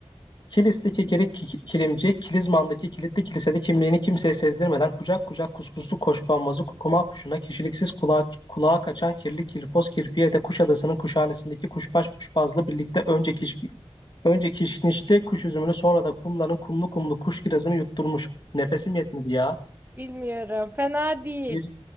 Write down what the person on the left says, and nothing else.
Kilisli kekerek kilimci, Kilizman'daki kilitli kilisede kimliğini kimseye sezdirmeden kucak kucak kuskuslu koşkonmazı kukuma kuşuna, kişiliksiz kulağa, kulağa kaçan kirli kirpoz kirpiye de Kuşadası'nın kuşhanesindeki kuşbaş kuşbazla birlikte önce kiş, önce kişnişli kuş üzümünü sonra da kumların kumlu kumlu kuş kirazını yutturmuş. Nefesim yetmedi ya.
Bir,